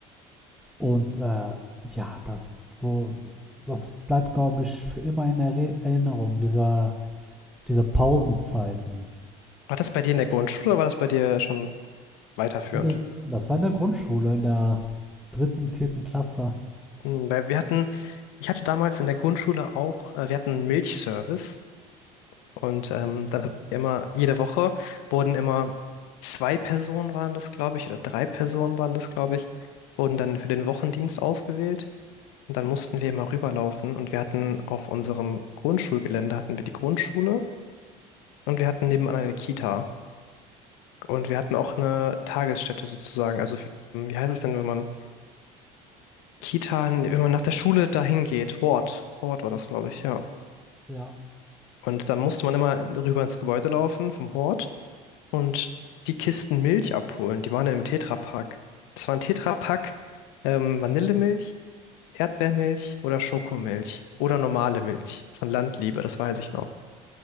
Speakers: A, in the centre; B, on the left (about 80°).
A: Und äh, ja, das so, das bleibt, glaube ich, für immer in Erinnerung, dieser diese Pausenzeiten.
B: War das bei dir in der Grundschule oder war das bei dir schon weiterführend?
A: Nee, das war in der Grundschule, in der dritten, vierten Klasse.
B: Hm, Weil wir hatten, ich hatte damals in der Grundschule auch, äh, wir hatten einen Milchservice und ähm, dann hatten wir immer, jede Woche wurden immer zwei Personen waren das, glaube ich, oder drei Personen waren das, glaube ich, wurden dann für den Wochendienst ausgewählt und dann mussten wir immer rüberlaufen und wir hatten auf unserem Grundschulgelände hatten wir die Grundschule und wir hatten nebenan eine Kita. Und wir hatten auch eine Tagesstätte sozusagen. Also wie, wie heißt es denn, wenn man Kita, wenn man nach der Schule dahin geht? Hort. Hort war das, glaube ich, ja.
A: Ja.
B: Und dann musste man immer rüber ins Gebäude laufen vom Hort und die Kisten Milch abholen. Die waren in einem Tetrapack. Das war ein Tetrapack, ähm, Vanillemilch, Erdbeermilch oder Schokomilch oder normale Milch von Landliebe, das weiß ich noch.